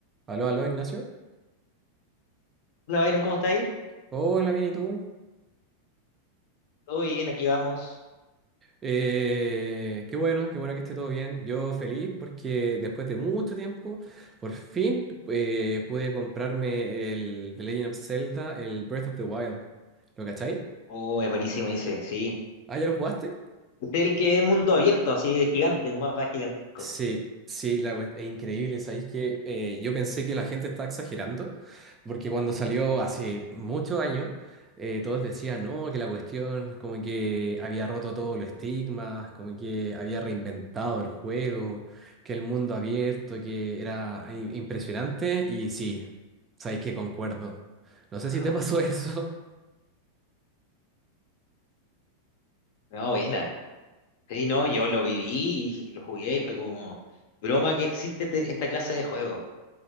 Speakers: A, on the right; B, on the left.
A: Aló, aló, Ignacio.
B: Hola Byron, ¿cómo está ahí?
A: Hola, bien, ¿y tú?
B: Todo bien, aquí vamos.
A: Eh, qué bueno, qué bueno que esté todo bien. Yo feliz porque después de mucho tiempo, por fin eh, pude comprarme el The Legend of Zelda, el Breath of the Wild. ¿Lo cachai?
B: Oh, es buenísimo ese, sí.
A: ¿Ah, ya lo jugaste?
B: Es el que es mundo abierto, así de gigante, un mapa gigantesco.
A: Sí, sí, la, cuest- es increíble. Sabéis que eh, yo pensé que la gente estaba exagerando, porque cuando salió hace muchos años, eh, todos decían, no, que la cuestión como que había roto todos los estigmas, como que había reinventado el juego, que el mundo abierto, que era i- impresionante. Y sí, sabéis que concuerdo. No sé
B: Wow.
A: si te pasó <laughs> eso.
B: No, buena. Sí, no, yo lo viví y lo jugué y fue como broma que existe te- esta clase de juego.